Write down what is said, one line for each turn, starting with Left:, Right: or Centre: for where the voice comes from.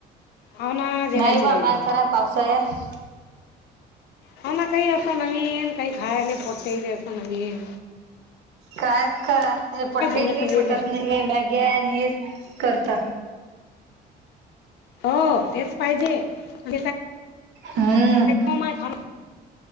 Left: हाव ना जेवायची
Right: नाही बा
Left: राहिली
Right: काय करा पावसाळ्यात
Left: ह ना काही असं नवीन काही खायला पटते असं नवीन ये
Right: काय करा हे पटेल
Left: ना
Right: काही
Left: तर
Right: पटत नाही मॅगी आणि हेच करता
Left: हो तेच पाहिजेज
Right: हम
Left: <inaudible> खा